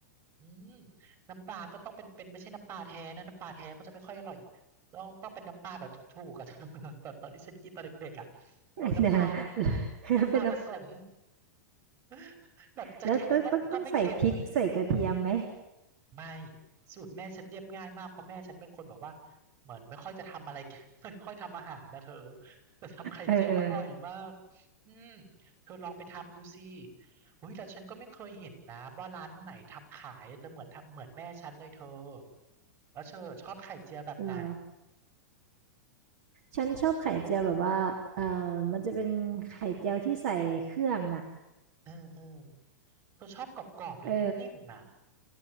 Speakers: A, on the right; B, on the right.
A: อืมน้ำปลาก็ต้องเป็นเป็นไม่ใช่น้ำปลาแท้นะน้ำปลาแท้ก็จะไม่ค่อยอร่อยต้องต้องเป็นน้ำปลาแบบถูกๆอะ <laughs> ตอนตอนที่ฉันกินตอนเด็กๆอะเออน้ำปลา
B: <laughs> เดี๋ยวนะ <laughs> แล้วเป็นน้
A: น้ำปลาผสม <laughs> แบบจะเค็มก็ก็ไม่เค็มอะไรอย่างเงี้ย
B: ำแล้วต้องต้องต้องใส่พริกใส่กระเทียมไหม
A: ไม่สูตรแม่ฉันเรียบง่ายมากเพราะแม่ฉันเป็นคนแบบว่าเหมือนไม่ค่อยจะทำอะไร <laughs> ไม่ค่อยทำอาหารนะเธอแต่ทำไข่เจียวอร่อยมาก
B: เออเออ
A: อืมเธอลองไปทำดูสิอุ้ยแต่ฉันก็ไม่เคยเห็นนะว่าร้านไหนทำขายแต่เหมือนทำเหมือนแม่ฉันเลยเธอแล้วเธอชอบไข่เจียวแบบไหน
B: เหรอ ฉันชอบไข่เจียวแบบว่าเออมันจะเป็นไข่เจียวที่ใส่เครื่องอ่ะ
A: เออเออเธอชอบกรอบๆหรือนิ่มๆอ่ะ
B: เออ